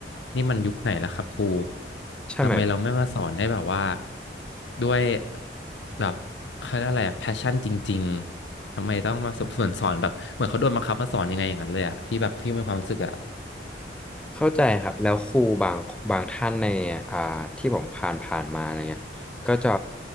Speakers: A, on the left (about 85°); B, in the centre.
A: นี่มันยุคไหนแล้วครับครู
B: ใช่ไหม
A: ทำไมเราไม่มาสอนให้แบบว่าด้วยแบบเขาเรียกอะไรแพชชั่นจริงๆ ทำไมต้องมาสอนสอนแบบเหมือนเขาโดนบังคับมาสอนยังไงอย่างนั้นเลยอะพี่แบบพี่มีความรู้สึกอะ
B: เข้าใจครับแล้วครูบางบางท่านในอ่าที่ผมผ่านผ่านมาอะไรเงี้ยก็จะ